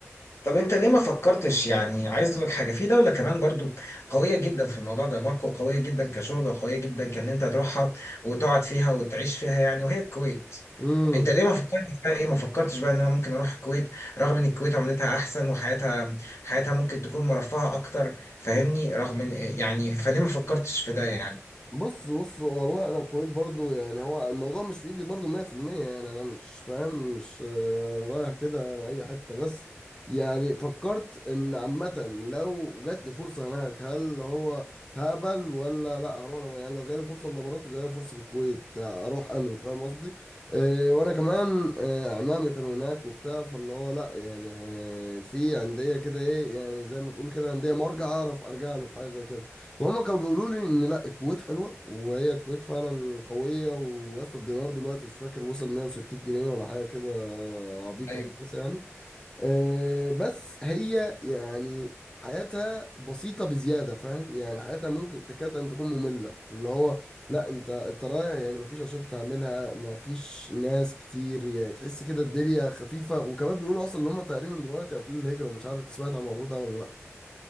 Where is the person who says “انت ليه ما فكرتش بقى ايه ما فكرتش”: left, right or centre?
Left